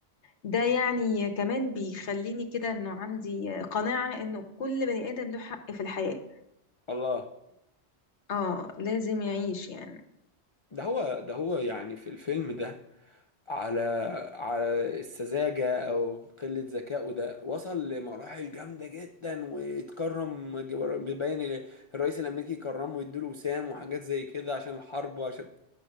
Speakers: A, on the left; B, on the left.
A: ده يعني كمان بيخليني كده انه عندي قناعة انه كل بني ادم له حق في الحياة
B: الله
A: اه لازم يعيش يعني
B: ده هو ده هو يعني في الفيلم ده على على السذاجة أو قلة ذكائه ده وصل لمراحل جامدة جدا ويتكرم باين الرئيس الأمريكي يكرمه ويديله وسام وحاجات زي كده عشان الحرب وعشان